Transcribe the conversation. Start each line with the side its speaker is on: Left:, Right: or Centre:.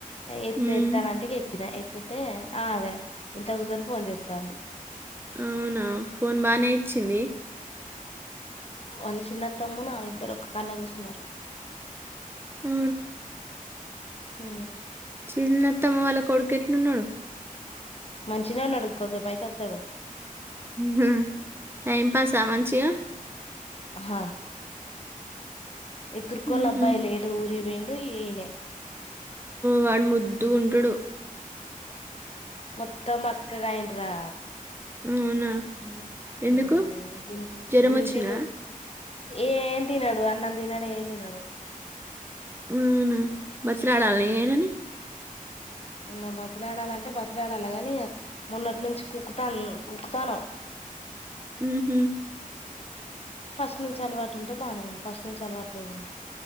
Left: ఎత్తు
Right: ఉమ్
Left: ఎత్తున అంటెక ఎత్తిన ఎత్ ఎత్తితే ఆ అదే ఇంత కూసం ఫోన్ చేస్తారు
Right: అవునా ఫోన్ బాగానే ఇచ్చింది
Left: వాళ్ళ చిన్న తమ్మును ఆమె ఇద్దరు ఒక్క కాన్నె కూర్చున్నారు
Right: హు
Left: హు
Right: చిన అత్తమ్మ వాళ్ళ కొడుకు ఎట్లున్నాడు
Left: మంచినే ఉన్నాడు కోసేపు అయితే వస్తాడు
Right: హు టైమ్ పాస్ మంచిగా
Left: అహా ఏ తురుకోలు
Right: ఉహు
Left: అబ్బాయి లేడు ఊరికి పోయిండు ఈనే
Right: వాడు ముద్ ద్దుగా ఉంటాడు
Left: మొత్తం బక్కగా అయ్యిండ్రా
Right: మ్మ్ వునా ఎందుకు
Left: ఉమ్ గుంజి
Right: జ్వరం
Left: గుంజిండు
Right: వచ్చిందా
Left: ఏం తినడు అన్నం తినడు ఏం తినడు
Right: వునా మర్సినాడ ఆలయేనని
Left: ఇంకా బతిలాడాలంటే బతిలాడాలా గాని ఇక మొన్నొటి నుంచి కుక్కుతాన్ కుక్కుతన్నం
Right: హ్మ్మ్ హ్మ్మ్
Left: ఫస్ట్ నుంచి అలవాటు ఉంటే బానే ఉండు ఫస్ట్ నుంచి అలవాటు లేదు గా